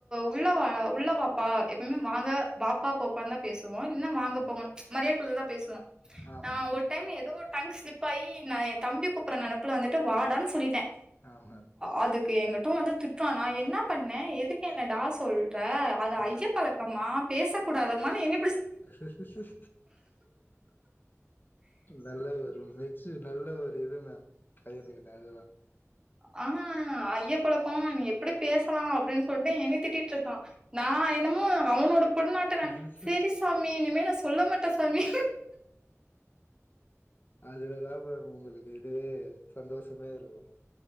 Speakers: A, on the right (about 15°); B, on the left (about 40°).
A: உள்ள வா உள்ள வாப்பா எப்பவுமே வாங்க வாப்பா போப்பானு தா பேசு இன்னும் வாங்க
B: ஆ
A: போங்க மரியா <unintelligible> பேசுவோம்
B: ஆ
A: நா
B: மேம்
A: ஒரு டைம் ஏதோ டங் ஸ்லிப் ஆயி நா தம்பி கூப்புற நினைப்புல வந்துட்டு வாடா ன்னு சொல்லிட்டேன்
B: ஆ மேம்
A: அதுக்கு எங்க தும் வந்து திட்டுவான் நா என்ன பண்ணேன் எதுக்கு என்ன டா சொல் அது
B: ஆ
A: ஐய பழக்கமா பேச கூடாதது மா என்னைய
B: ச சு <inaudible> நல்ல ஒரு ழ்ச்சி நல்ல ஒரு விவு மேம் பையனுக்கு அதுதா
A: அ ஐயேபழக்கோம நீ எப்புடி பேசலா அப்டின் சொல்ட்டு என்னே திட்டிட்ருக்கா நா என்னமோ அவுனோட உள்ள நாட்ரன்
B: ம்
A: சரி சாமி இனிமேல் சொல்ல மாட்டே சுவாமி
B: அதுலதா மேம் உங்களுக்கு இதுவே சந்தோஷமே இருக்கு